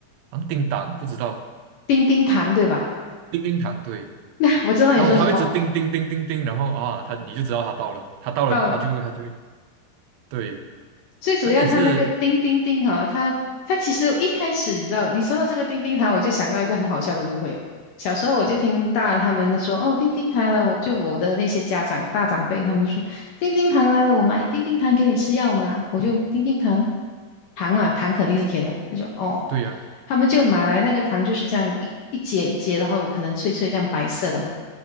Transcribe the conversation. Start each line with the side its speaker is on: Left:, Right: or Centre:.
Right: 好像叮当，不知道
Left: 叮叮糖对吧？
Right: 叮叮糖，对，
Left: <laughs> 那我知道你说什么。
Right: 它会它会一直叮叮叮叮叮，然后啊，它你就知道它到了，它到了，
Left: 哦
Right: 它就它就对，
Left: 最主要它那个叮叮叮哈，
Right: 那个也是
Left: 它它其实一开始你知道，你说到这个叮叮糖，我就想到一个很好笑的误会。小时候我就听大他们说，哦，叮叮糖来了，我就我的那些家长大长辈他们就说，叮叮糖来了，我买叮叮糖给你吃药吗？我就叮叮糖，糖嘛，糖肯定是甜的，他就哦，
Right: 对呀、
Left: 他们就买来那个糖就是这样一一节一节，然后可能脆脆这样白色的嘛。